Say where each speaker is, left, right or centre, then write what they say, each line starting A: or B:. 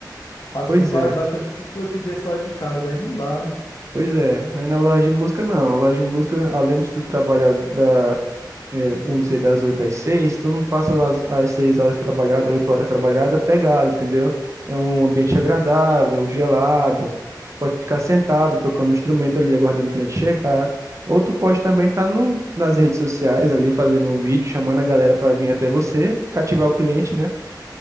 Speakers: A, on the left; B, on the right.
A: Passo
B: pois
A: quase,
B: é,
A: basicamente vinte e oito dias fora de casa, aí não dá, né?
B: pois é. Aí na loja de música, não. Na loja de música, além de tu trabalhar da, é, vamos dizer, das 8 às 6 tu não passa as, as 6 horas trabalhadas, 8 horas trabalhadas, pegado, entendeu? É um ambiente
A: Uhum.
B: agradável, gelado. Pode ficar sentado, tocando um instrumento ali, aguardando o cliente chegar. Ou tu pode também estar no, nas redes sociais ali, fazendo um vídeo, chamando a galera para vir até você, cativar o cliente, né?